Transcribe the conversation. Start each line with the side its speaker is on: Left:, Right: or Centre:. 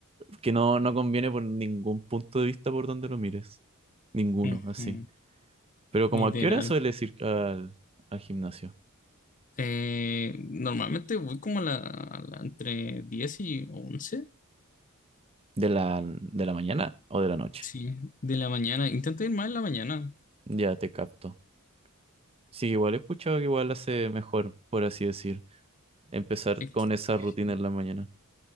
Right: que no, no conviene por ningún punto de vista por donde lo mires. Ninguno,
Left: Ujú,
Right: así. Pero como
Left: literal.
Right: a qué hora sueles ir al, al gimnasio?
Left: Eh, normalmente voy como a la, a la- entre 10 y once
Right: ¿De la, de la mañana o de la noche?
Left: sí, de la mañana. Intento ir más en la mañana.
Right: Ya te capto. Sí, igual he escuchado que igual hace mejor, por así decir, empezar
Left: Es
Right: con
Left: que,
Right: esa rutina
Left: sí.
Right: en la mañana.